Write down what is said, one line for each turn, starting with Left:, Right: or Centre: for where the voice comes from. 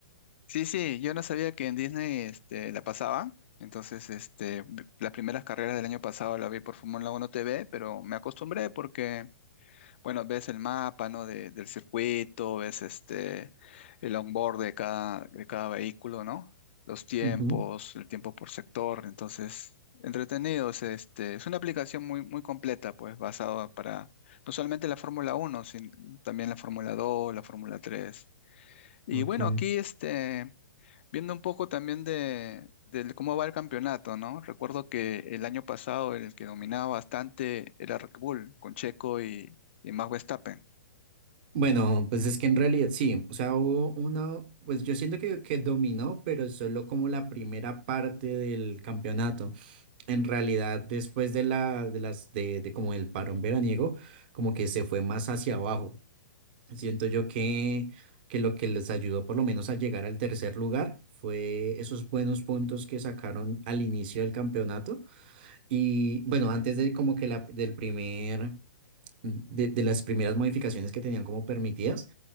Left: Sí, sí, yo no sabía que en Disney este, la pasaba. Entonces, este, las primeras carreras del año pasado la vi por Fórmula 1 TV, pero me acostumbré porque Bueno, ves el mapa, ¿no? de- del circuito, ves este, el onboard de cada, de cada vehículo, ¿no? Los tiempos,
Right: Ujú,
Left: el tiempo por sector. Entonces, entretenido. Es, este, es una aplicación muy, muy completa, pues, basada para no solamente la Fórmula Uno sino también la Fórmula Dos la Fórmula Tres Y
Right: ok.
Left: bueno, aquí, este, viendo un poco también de, del cómo va el campeonato, ¿no? Recuerdo que el año pasado el que dominaba bastante era Red Bull, con Checo y, y Max Verstappen.
Right: Bueno, pues es que en realidad sí, o sea, hubo una, pues yo siento que, que dominó, pero solo como la primera parte del campeonato. En realidad, después de la, de las, de, de como el parón veraniego, como que se fue más hacia abajo. Siento yo que, que lo que les ayudó por lo menos a llegar al tercer lugar fue esos buenos puntos que sacaron al inicio del campeonato. Y bueno, antes de como que la, del primer, de de las primeras modificaciones que tenían como permitidas.